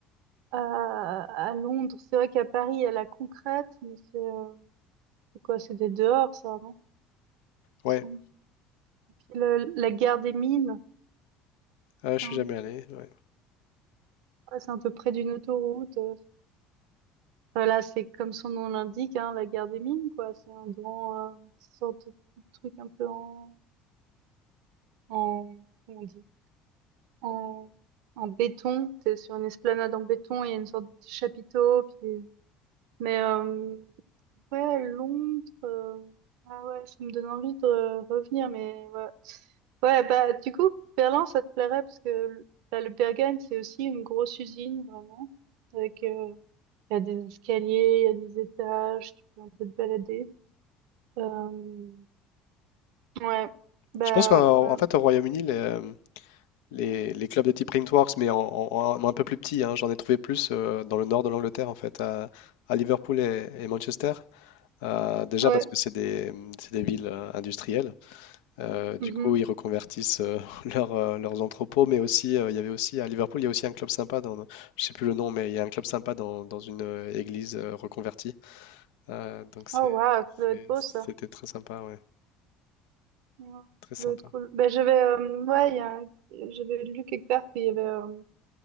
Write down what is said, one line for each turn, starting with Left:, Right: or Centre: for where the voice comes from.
Right: à, à Londres. C'est vrai qu'à Paris, il y a la concrète, mais c'est euh, c'est quoi? C'est des dehors, ça, non? Il me
Left: ouais,
Right: semble. Puis le- la gare des mines,
Left: euh, je
Right: quand
Left: suis
Right: on
Left: jamais allé. ouais.
Right: passe un peu près d'une autoroute. euh, Enfin, Là, c'est comme son nom l'indique, hein, la guerre des mines, quoi. C'est un grand, euh, sorte de petit truc un peu en, en, comment on dit, en, en béton. T'es sur une esplanade en béton, il y a une sorte de petit chapiteau, puis, mais, euh, ouais, Londres, euh, ah ouais, ça me donne envie de euh, revenir, mais ouais. Ouais, bah, du coup, Berlin, ça te plairait, parce que le- bah, le Berghain, c'est aussi une grosse usine, vraiment, avec, euh, il y a des escaliers, il y a des étages, tu peux un peu te balader. Euh, Ouais, bah
Left: Je pense qu'en
Right: ouais,
Left: en fait au Royaume-Uni, les, euh, les, les clubs de type Printworks, mais en, en- en un peu plus petit. hein. J'en ai trouvé plus euh, dans le nord de l'Angleterre, en fait, à, à Liverpool et, et Manchester. Euh, déjà
Right: ouais.
Left: parce que c'est des, c'est des villes euh, industrielles. Euh, du
Right: mhm.
Left: coup, ils reconvertissent euh, <laughs> leurs, euh, leurs entrepôts, mais aussi, euh, il y avait aussi à Liverpool, il y a aussi un club sympa dans, je sais plus le nom, mais il y a un club sympa dans, dans une euh, église euh, reconvertie. Euh, donc c'est,
Right: Oh waouh, ça doit
Left: c'est-
Right: être beau
Left: c'était
Right: ça.
Left: très sympa, ouais,
Right: Ouais,
Left: très
Right: ça
Left: sympa.
Right: doit être cool. Bah j'avais, euh, ouais, il y a- j'avais lu quelque part qu'il y avait, euh,